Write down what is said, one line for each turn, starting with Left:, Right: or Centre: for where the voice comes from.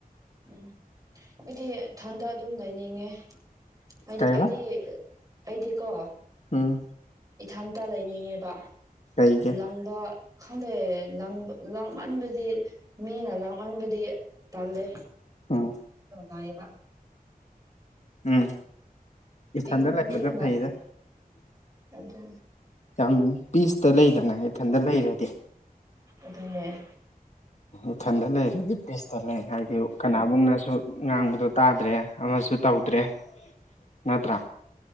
Right: ꯎꯝ ꯑꯩꯗꯤꯊꯟꯗ ꯑꯗꯨꯝ ꯂꯩꯅꯤꯡꯉꯦ ꯍꯥꯏꯗꯤ
Left: ꯀꯩꯕ
Right: ꯑꯩꯗꯤ ꯑꯩꯗꯤꯀꯣ
Left: ꯎꯝ
Right: ꯏꯊꯥꯟ ꯇ ꯂꯩꯅꯤꯡꯉꯦꯕ
Left: ꯂꯩꯒꯦ
Right: ꯂꯪꯕ ꯈꯟꯗꯦꯦ ꯂꯥꯡꯃꯟꯕꯗꯤ ꯃꯤꯅ ꯂꯥꯡꯃꯟꯕꯗꯤ ꯇꯜꯂꯦ
Left: ꯎꯝ
Right: ꯉꯕ
Left: ꯎꯝ ꯏꯊꯟꯗ
Right: ꯏꯪ
Left: ꯂꯩꯕꯅ
Right: ꯏꯪꯅ
Left: ꯐꯩꯗ
Right: ꯑꯗꯨ
Left: ꯌꯥꯝ ꯄꯤꯁꯇ ꯂꯩꯗꯅ ꯏꯊꯟꯇ ꯂꯩꯔꯗꯤ
Right: ꯑꯗꯨꯅꯦ
Left: ꯏꯊꯟꯗ ꯂꯩꯔꯗꯤ ꯄꯤꯁꯇ ꯂꯩ ꯍꯥꯏꯗꯤ ꯀꯅꯥꯒꯨꯝꯅꯁꯨ ꯉꯥꯡꯕꯗꯣ ꯇꯥꯗ꯭ꯔꯦ ꯑꯃꯁꯨ ꯇꯧꯗ꯭ꯔꯦ ꯅꯠꯇ꯭ꯔꯥ